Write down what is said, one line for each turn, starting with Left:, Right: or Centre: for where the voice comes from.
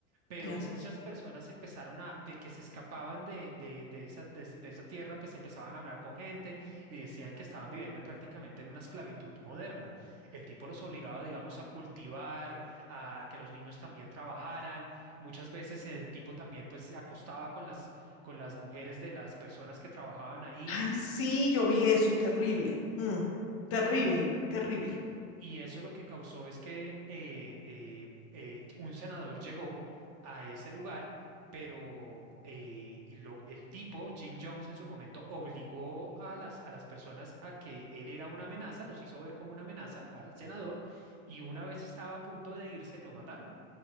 Right: pero
Left: gracias.
Right: muchas personas empezaron a, de que se escapaban de, de- de esa, de, ese- de esa tierra, pues empezaban a hablar con gente y decían que estaban viviendo prácticamente en una esclavitud moderna. El tipo los obligaba, digamos, a cultivar, a que los niños también trabajaran. Muchas veces el tipo también, pues, se acostaba con las, con las mujeres de las personas que trabajaban ahí
Left: Ay, sí, yo vi eso, terrible. mm, terrible, terrible.
Right: Y eso lo que causó es que eh, eh, eh, un senador llegó a ese lugar, pero eh, y lo- el tipo, Jim Jones, en su momento obligó a las, a las personas a que él era una amenaza, los hizo ver como una amenaza al senador, y una vez estaba a punto de irse, lo mataron.